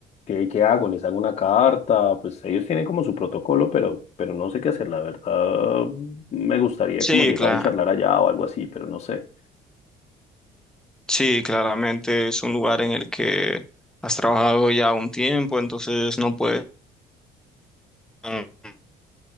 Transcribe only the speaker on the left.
¿qué, qué hago? ¿Les hago una carta? Pues ellos tienen como su protocolo, pero, pero no sé qué hacer. La verdad, me gustaría
como llegar
y charlar allá o algo así, pero no sé.